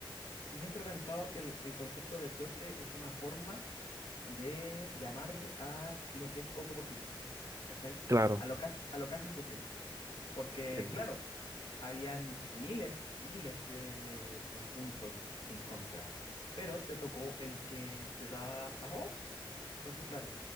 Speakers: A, on the left; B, on the right.
A: Yo siempre he pensado que el, el concepto de suerte es una forma de llamarle a lo que es poco posible, ¿cachai?
B: Claro.
A: A lo casi, a lo casi imposible. Porque,
B: Sí, bu.
A: claro, habían miles, miles de, de puntos en contra, pero te tocó el que te daba a favor. Entonces, claro,